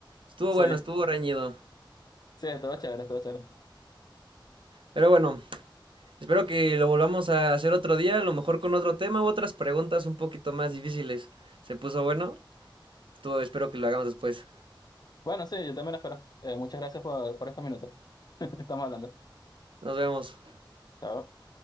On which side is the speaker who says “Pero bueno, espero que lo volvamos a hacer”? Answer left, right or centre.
Right